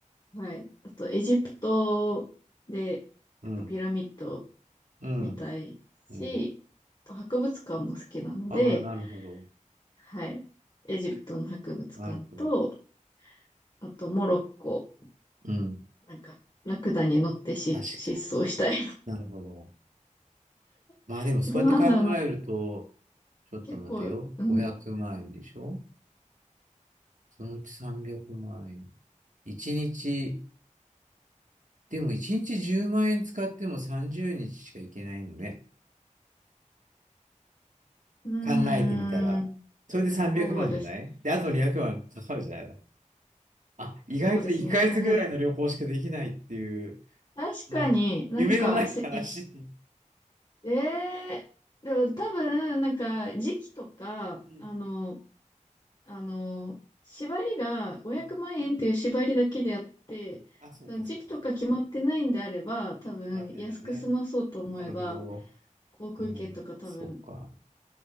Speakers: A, on the left; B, on the right.
A: はい。あとエジプトで、
B: うん、
A: やっぱピラミッド
B: うん、
A: 見たいし、
B: うん。
A: あと博物館も好きなので、
B: ああ、なるほど。
A: はい。エジプトの博物館と、
B: なるほど。
A: あとモロッコ、
B: うん。
A: なんか、ラクダに乗ってし、
B: 確かに。
A: 失踪したい。
B: なるほど。まあでも、
A: <laughs>
B: そうやって考えると、
A: あとなんだろうな。
B: ちょっと待てよ。
A: 結構、うん。
B: 500万円でしょそのうち300万円。1日、でも1日10万円使っても30日しか行けないのね。
A: うー
B: 考えてみたら。
A: ん。
B: それで300万じゃないで、
A: そうですね。
B: あと200万かかるじゃないの。あ、意外と1ヶ月ぐらいの旅行しかできないっていう、
A: そうですね。え、でも、確かになんか、
B: もう、夢のない話に。
A: せ、いしえー、でも多分、なんか、時期とか、
B: うん。
A: あの、あの、縛りが500万円っていう縛りだけであって、
B: うんあ、そうか、
A: 時期とか決まってないんであれば、
B: そうか、そう。
A: 多分安く済まそうと思えば、
B: うん、決まってないね。なるほど。
A: 航空券とか多分
B: うん、そうか。